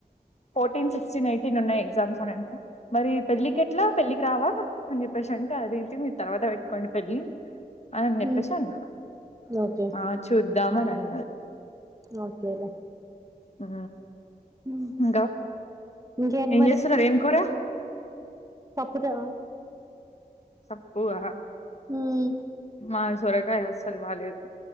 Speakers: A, on the left (about 45°); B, on the right (about 20°).
A: fourteen sixteen eighteen ఉన్నాయ్ ఎగ్జామ్స్ అనంటే మరీ పెళ్ళి కెట్లా పెళ్ళికి రావా అన్ చెప్పేసి అంటే అదేంటి మీరు తర్వాత వెట్కోండి పెళ్ళి అనని చెప్పేశి
B: ఉమ్
A: అన్న
B: ఓకే
A: ఆ చూద్దామని అన్నారు
B: ఓకేలే
A: ఆ
B: హ్మ్,
A: ఇంక
B: ఇంకేంటి
A: ఏం జేస్సున్నరు ఏం కూర
B: పప్పుదా
A: పప్పు ఆ
B: ఉమ్
A: మా సొరకాయ్ అస్సల్ బాలేదు